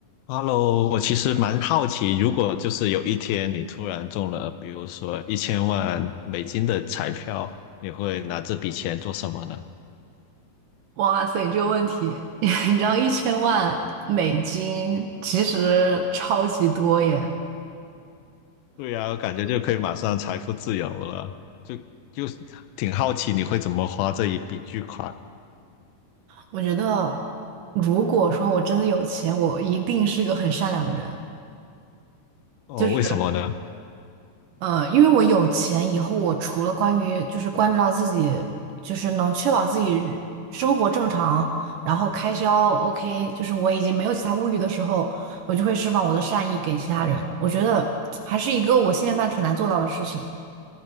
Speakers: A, on the left; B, on the right.
A: Hello，我其实蛮好奇，如果就是有一天你突然中了，比如说一千万美金的彩票，你会拿这笔钱做什么呢？
B: 哇塞，这个问题，<laughs> 你知道一千万美金其实超级多耶。
A: 对呀，我感觉就可以马上财富自由了，就就挺好奇你会怎么花这一笔巨款
B: 我觉得，如果说我真的有钱，我一定是个很善良的人。
A: 哦？
B: 就是，
A: 为什么呢？
B: 呃，因为我有钱以后，我除了关于就是关注到自己，就是能确保自己日生活正常，然后开销 OK，就是我已经没有其他物欲的时候，我就会释放我的善意给其他人。我觉得还是一个我现阶段挺难做到的事情。